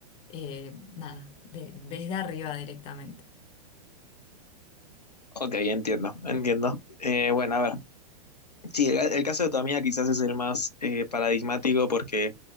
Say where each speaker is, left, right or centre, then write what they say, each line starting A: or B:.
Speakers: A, on the left; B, on the left.
A: eh, nada, de- desde arriba directamente.
B: Ok, entiendo, entiendo. Eh, bueno, a ver. Sí, el, el caso de tu amiga quizás es el más eh, paradigmático porque